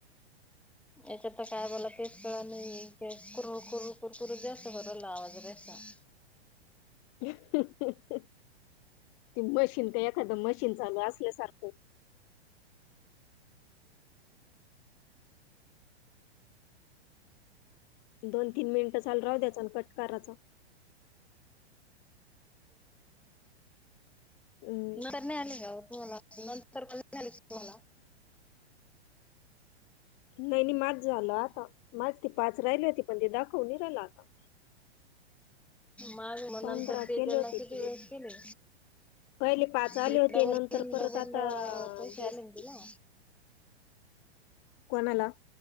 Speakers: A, in the centre; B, on the left (about 35°).
A: याच्यात तर काय झालं तेच कळत नाही कुर कुरु कुरकुरु जास्त बदलला आवाज रचा. <inaudible>
B: ह ह हाहा. ते मशीन का एखादं मशीन चालू असल्यासारखं. दोन तीन मिनिटं चालू राहू द्यायचा अण कट काराचा. हम्म
A: कर आले <inaudible> नंतर भेट झाली की बोला.
B: नाही नाही माझं झालं आता माझं ती पाच राहिली होती पण ते दाखवून नी राहिलं आता.
A: माग म
B: पंधरा
A: नंतर ते
B: केले
A: त्यांना
B: होते
A: किती
B: मी
A: वेळेस दिले.
B: पहिले पाच
A: भेटल्यावर
B: आले होते नंतर
A: तेन
B: परत
A: डबल
B: आता
A: पैसे
B: वीस
A: आलेन तिला?
B: कोणाला?